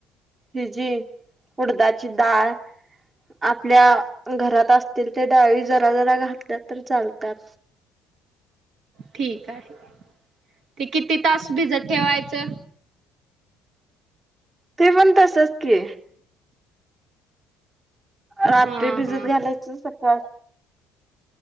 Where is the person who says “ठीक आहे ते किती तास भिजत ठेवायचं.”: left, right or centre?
Right